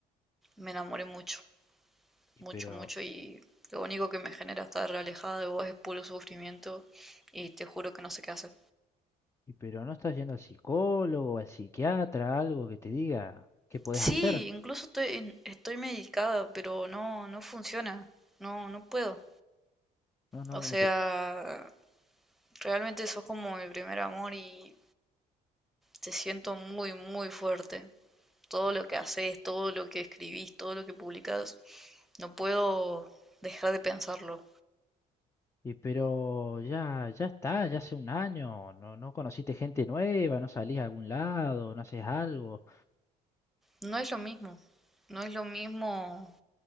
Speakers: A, in the centre; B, on the left.
A: me enamoré mucho,
B: Y
A: mucho,
B: pero,
A: mucho y lo único que me genera estar alejada de vos es puro sufrimiento y te juro que no sé qué hacer.
B: y pero no estás yendo al psicólogo, al psiquiatra, algo que te diga qué podés
A: Sí,
B: hacer.
A: incluso estoy, en- estoy medicada, pero no, no funciona, no, no puedo.
B: No, no,
A: O
B: bueno,
A: sea,
B: pero,
A: realmente sos como mi primer amor y te siento muy, muy fuerte. Todo lo que haces, todo lo que escribís, todo lo que publicás, no puedo dejar de pensarlo.
B: y pero ya, ya está, ya hace un año. No, no conociste gente nueva, no salís a algún lado, no haces algo.
A: No es lo mismo, no es lo mismo